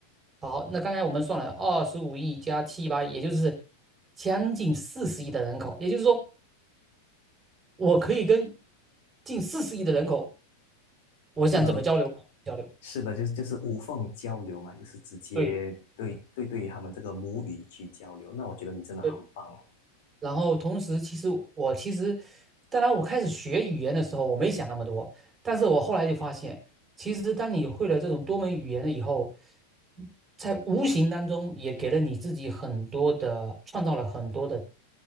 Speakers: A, on the right; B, on the left.
A: 好，那刚才我们算了二十五亿加七八亿，也就是将近四十亿的人口，也就是说，我可以跟近四十亿的人口。我想怎么交流交流，
B: 就是的，就是就是无缝交流嘛，就是直接对对对于他们这个母语去交流。
A: 对
B: 那我觉得你真的很棒哦。
A: 对。然后同时，其实我其实，当然我开始学语言的时候，我没想那么多，但是我后来就发现，其实当你会了这种多门语言了以后，在无形当中也给了你自己很多的，创造了很多的